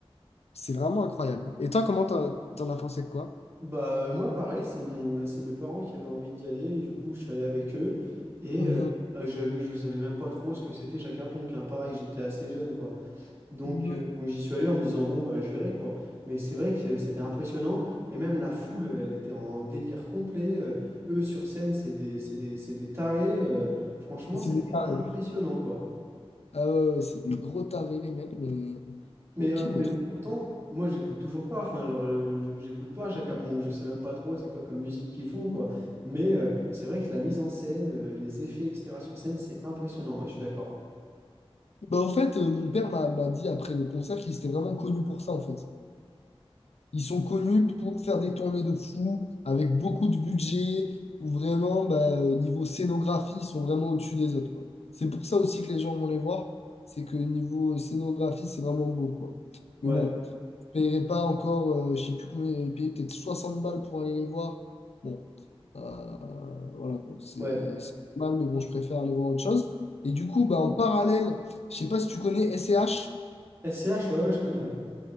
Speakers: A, on the left; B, on the right.
A: c'est vraiment incroyable. Et toi, comment t'en, t'en as pensé quoi?
B: Bah, euh, moi, pareil, c'est mon, euh, c'est mes parents qui avaient envie d'y aller, et du coup, je suis allé avec eux, et
A: Mhm,
B: euh, euh, j'avais, je savais même pas trop ce que c'était Jacques à hein. Pareil, j'étais assez jeune, quoi. Donc,
A: mhm.
B: euh, donc j'y suis allé en me disant, bon, bah, je verrai, quoi. Mais c'est vrai que euh, c'était impressionnant, et même la foule, elle était en délire complet. euh, eux, sur scène, c'est des, c'est des, c'est des tarés. euh, franchement,
A: C'est
B: c'était
A: des tarés.
B: impressionnant, quoi.
A: Ah ouais, ouais, c'est des gros tarés, les mecs, mais
B: Mais,
A: ok,
B: euh, mais
A: mais trop.
B: pourtant, moi, j'écoute toujours pas. Enfin, genre, euh, j'écoute pas Chaka Pong. Je sais même pas trop c'est quoi comme musique qu'ils font, quoi. Mais euh, c'est vrai que la mise en scène, euh, les effets, etc. sur scène, c'est impressionnant. Ouais, je suis d'accord.
A: Bah, en fait, euh, mon père m'a m'a dit après le concert qu'il était vraiment connu pour ça, en fait. Ils sont connus pour faire des tournées de fou avec beaucoup de budget, où vraiment, bah, euh, niveau scénographie, ils sont vraiment au-dessus des autres, quoi. C'est pour ça aussi que les gens vont les voir, c'est que niveau scénographie, c'est vraiment beau, quoi.
B: Ouais,
A: Mais bon, je ne payerais pas encore, euh, je ne sais plus combien j'avais payé, peut-être 60 balles pour aller les voir. Bon, euh, voilà, quoi. C'est
B: ouais.
A: c'est mal, mais bon, je préfère aller voir autre chose. Et du coup, bah, en parallèle, je ne sais pas si tu connais SCH.
B: SCH, ouais, ouais, je connais, ouais.